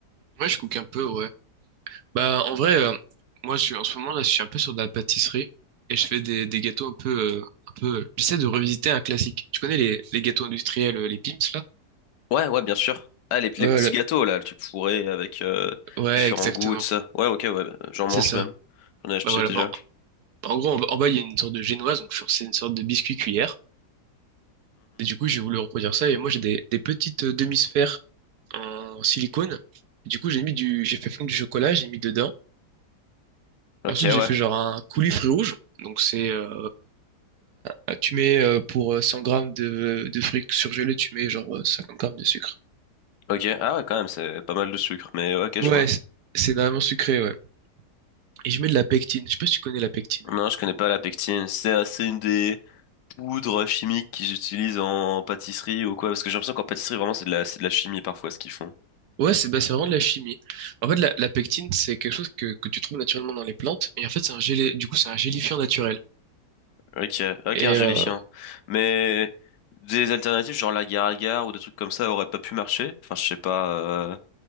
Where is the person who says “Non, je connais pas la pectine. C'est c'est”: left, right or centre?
Left